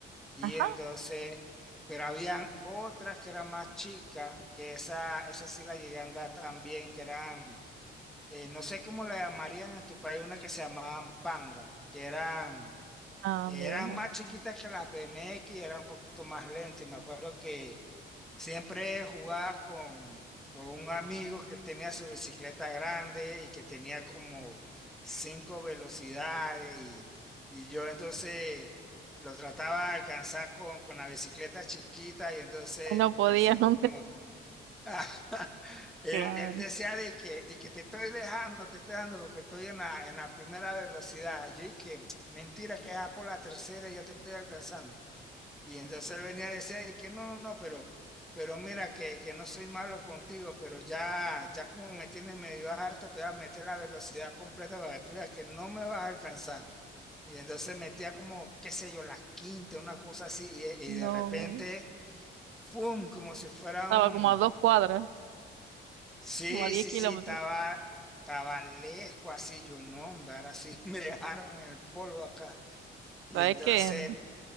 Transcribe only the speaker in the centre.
Y
entonces, pero habían otras que eran más chicas, que esa, esa sí la llegué a andar también, que eran, eh, no sé cómo la llamarían en tu país, una que se llamaban Panga, que eran,
eran
más chiquitas que las BMX, eran un poquito más lentas. Y me acuerdo que Siempre jugaba con, con un amigo que tenía su bicicleta grande y que tenía como cinco velocidades y, y yo entonces lo trataba de alcanzar con, con la bicicleta chiquita y entonces
él,
él siempre
como, <laughs> él,
él decía de que, de que te estoy dejando, te estoy dejando porque estoy en la, en la primera velocidad. Yo dije, mentira que ya por la tercera ya te estoy alcanzando. Y entonces él venía a decir, "Ay, que no, no, no, pero, pero mira que, que no soy malo contigo, pero ya, ya como me tienes medio harta, te voy a meter la velocidad completa para que tú veas que no me vas a alcanzar. Y entonces metía como, qué sé yo, la quinta, una cosa así, y, y
de repente, ¡fum! Como si fuera
un...
Sí,
sí,
sí, estaba, estaba lejos así, yo no, hombre, ahora sí <laughs> me dejaron en el polo acá. Y
entonces,